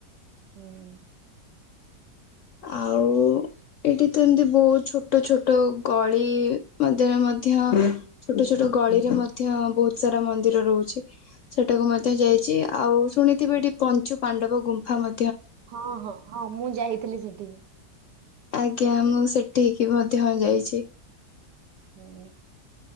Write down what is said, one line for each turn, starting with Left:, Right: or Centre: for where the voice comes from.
Right: ହଁ।
Left: ଆଉ-ଉ-ଉ-ଉ-ଉ ଏଇଠି ତ ଏମିତି ବହୁତ ଛୋଟ ଛୋଟ ଗଳି ମଧ୍ୟରେ ମଧ୍ୟ ଛୋଟ ଛୋଟ ଛୋଟ ଗଳିରେ ମଧ୍ୟ ବହୁତ ସାରା ମନ୍ଦିର ରହୁଛି। ସେଟାକୁ ମଧ୍ୟ ଯାଇଛି। ଆଉ ଶୁଣି ତେବେ ଏଠି ପଞ୍ଚୁ ପାଣ୍ଡବ ଗୁମ୍ଫା ମ
Right: ହଁ ହଁ ହଁ ମୁଁ ଯାଇଥିଲି ସେଠିକି।
Left: ଆଜ୍ଞା ମୁଁ ସେଠକି ମଧ୍ୟ ଯାଇଛି।
Right: ହୁ,